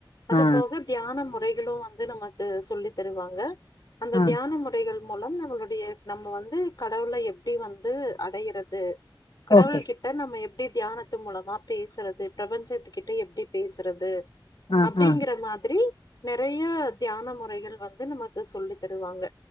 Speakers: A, on the left; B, on the left.
A: அது
B: ஆ
A: போக தியான முறை ளு வந்து நமக்கு சொல்லி தருவாங்க அந்த
B: ஆ
A: தியான முறைகள் மூலம் நம்மளுடைய நம்ம வந்து கடவுல எப்படி வந்து அடையறது கடவுள்
B: ஓகே
A: கிட்ட நம்ம எப் டி தியான த்து மூலமா பேசுறது பிரபஞ்சத்துக்கிட்ட எப்படி பேசுறது
B: ஆ
A: அப்டிங்கற
B: ஆ
A: மாதிரி நெறைய தியான முறைகள் வந்து நமக்கு சொல்லி தருவாங்க